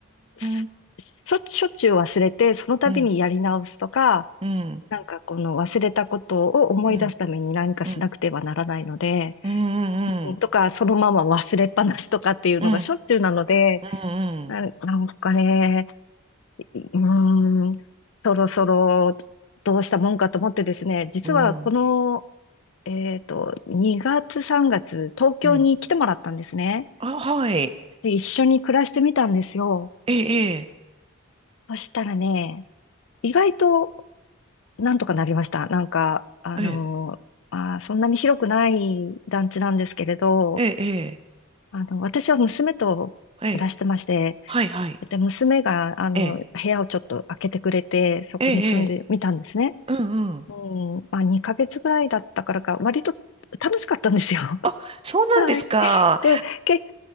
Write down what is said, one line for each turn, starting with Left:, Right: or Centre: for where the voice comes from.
Left: す
Right: ん、
Left: しょしょっちゅう忘れて、その度にやり直すとか、
Right: うん、うん、
Left: なんかこの忘れたことを思い出すために何かしなくてはならないので、
Right: うん、うん、うん、うん、
Left: うんとかそのまま忘れっぱなしとかっていうのがしょっちゅうなので、
Right: うん、うん、うん、
Left: な、なんかね、うーん、そろそろどうしたもんかと思ってですね、実はこの、
Right: うん、
Left: えっと、2月3月、東京に来てもらったんですね。
Right: うん。あ、はい。
Left: で、一緒に暮らしてみたんですよ。
Right: ええ、
Left: そしたらね、意外となんとかなりました。なんか、あの、
Right: ええ、ええ、
Left: まあー、そんなに広くない団地なんですけれど、
Right: ええ、
Left: あの、私は娘と暮らしてまして、
Right: ええ、はい、はい。
Left: で、娘が、あの、
Right: ええ、
Left: 部屋をちょっと開けてくれて、そこに住んでみたんですね。
Right: ええ、うん、うん。
Left: うん、まあ、2ヶ月ぐらいだったからか、割と楽しかったんですよ。<laughs>
Right: あ、そうなんですか。
Left: はい。で、け、